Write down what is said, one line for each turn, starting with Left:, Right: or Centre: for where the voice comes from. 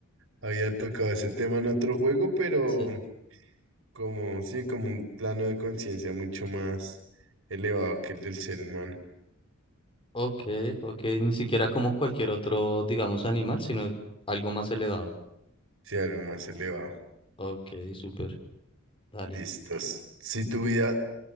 Right: había tocado ese tema en otro juego, pero
Left: Sí.
Right: como sí, como un plano de conciencia mucho más elevado que el del ser humano.
Left: Ok, ok, ni siquiera como cualquier otro, digamos, animal, sino algo más elevado.
Right: Sí, algo más elevado.
Left: Ok, súper. Dale.
Right: Listos. Si tu vida